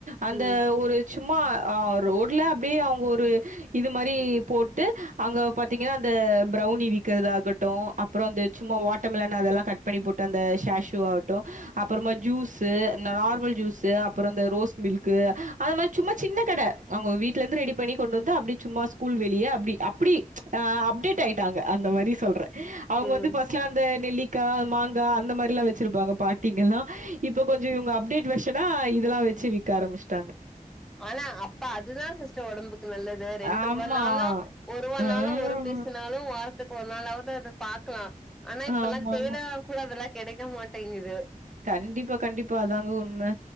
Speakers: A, on the right; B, in the centre.
A: அந்த
B: ம்
A: ஒரு சும்மா ரோட்ல அப்படியே அவங்க ஒரு இது மாதிரி போட்டு அங்க பாத்தீங்கன்னா அந்த பிரௌனி விக்கிறத ஆகட்டு அப்புற அந்து சும்மா வாட்டர்மிலான அதெல்லாம் கட் பண்ணி போட்டு அந்த ஷேஷூ ஆகட்டும் அப்புறமா ஜூஸ் நார்மல் ஜூஸு அப்புறம் இந்த ரோஸ் மில்கு அந்த மாதிரி சும்மா சின்ன கடை அவங்க வீடல இருந்து ரெடி பண்ணி கொண்டு வந்த அப்படி சும்மா ஸ்கூல் வெளியே அப்படி அப்படி் அப்டேட் ஆயிட்டாங்க அந்த மாரி சொல்றே அவங்க வந்து
B: ம்
A: பஸ்ட்லா அந்த நெல்லிக்காய் மாங்காய் அந்த மாதிரி எல்லா வச்சிருப்பாங்க பாட்டிங்கல்லா இப்ப கொஞ்சம் இவங்க அப்டேட் வச்சன்னா இதெல்லா வச்சு விக்க ஆரம்பிச்சுட்டாங்க
B: ஆனா அப்ப அதுதா சிஸ்டர் உடம்புக்கு நல்லது ரெண்டு
A: ஆமா.
B: ரூப நாலும் ஒரு ரூப
A: ம்.
B: நாலு ஒரு பீஸ்னாலு வா இப்ப ஒரு நாளாவது அதது பாக்கலா ஆனா இப்பெல்லா
A: ஆமாமா.
B: தேன கூட அதெல்லா கிடைக்க மாட்டேங்குது
A: கண்டிப்பா கண்டிப்பா அதாங்க உண்மை